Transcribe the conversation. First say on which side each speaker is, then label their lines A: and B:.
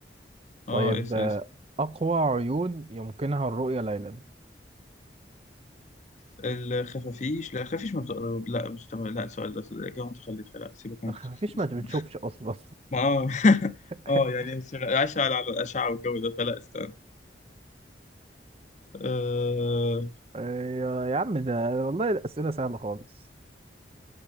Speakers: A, on the left; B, on the right.
A: اه
B: طيب
A: اسال
B: آه، اقوى عيون يمكنها الرؤية ليلا
A: اسال الخفافيش لا خفافيش ما بتقرب لا مش تمام لا السؤال ده الاجابه متخلفه لا سيبك من الخفافيش،
B: مفيش
A: استنى
B: ما بتشوفش اصلا
A: ما اه <laughs>
B: <laughs>
A: اه يعني شغ- عايشه على على الاشعه والجو ده فلا استنى أه...
B: يا يا عم ده والله الأسئلة سهلة خالص